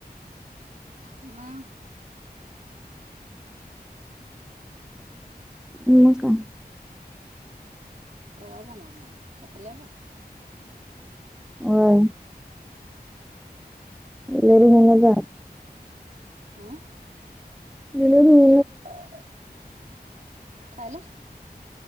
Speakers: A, on the right (about 50°); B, in the centre.
A: मंग?
B: म काय?
A: कवा जाणार म? सपल्याव?
B: व्हय. डिलिव्हरी
A: ते काय
B: होऊनच
A: आहे,
B: जायचं
A: हं?
B: <unintelligible>
A: <unintelligible> काय झालं?